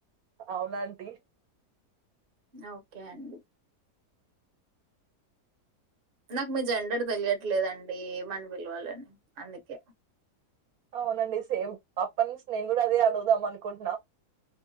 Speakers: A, on the right (about 70°); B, on the right (about 40°).
A: అవును ఆంటీ,
B: ఓకే అండి నాకు మీ జెండర్ తెలియట్లేదండి ఏమని పిలవాలని అందుకే,
A: అవునండి సేమ్ అప్ప నుంచి నేను కూడా అదే అడుగుదాం అనుకుంట,